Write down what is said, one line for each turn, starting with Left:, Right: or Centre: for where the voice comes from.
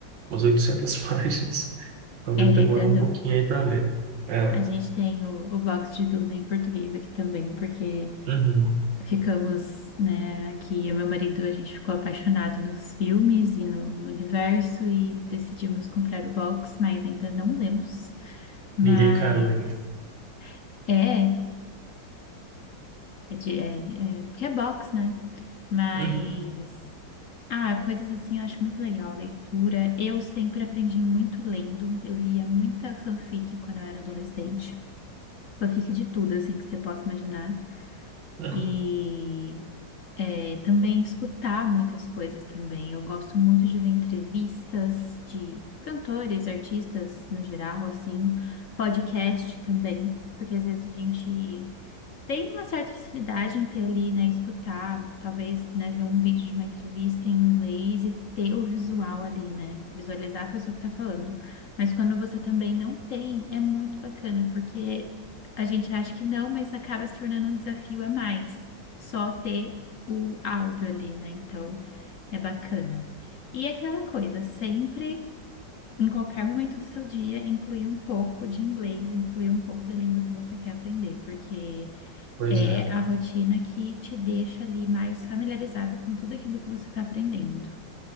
Right: umas 800 <laughs> páginas, então deve
Left: É, ele
Right: demorar
Left: é grandão.
Right: um pouquinho aí para ler. É,
Left: A gente tem o, o box de Duna em português aqui também, porque
Right: uhum.
Left: ficamos, né, aqui, eu e meu marido, a gente ficou apaixonado nos filmes e no, no universo e decidimos comprar o box, mas ainda não lemos. Mas
Right: Ninguém encarou ainda.
Left: é, é, de- é, é- porque é box, né? Mas
Right: Uhum,
Left: ah, coisas assim eu acho muito legal, leitura. Eu sempre aprendi muito lendo. Eu lia muita fanfic quando eu era adolescente. Fanfic de tudo, assim, que você possa imaginar.
Right: uhum.
Left: E É, também escutar muitas coisas também. Eu gosto muito de ver entrevistas de cantores, artistas no geral, assim, podcast também, porque às vezes a gente tem uma certa facilidade em ter ali, né, escutar, talvez, né, ver um vídeo de uma entrevista em inglês e ter o visual ali, né, visualizar a pessoa que tá falando. Mas quando você também não tem, é muito bacana, porque a gente acha que não, mas acaba se tornando um desafio a mais, só ter o áudio ali, né, então é bacana. E aquela coisa, sempre. Em qualquer momento do seu dia, incluir um pouco de inglês, incluir um pouco da língua que você quer aprender, porque
Right: Pois
Left: é
Right: é.
Left: a rotina que te deixa ali mais familiarizada com tudo aquilo que você está aprendendo.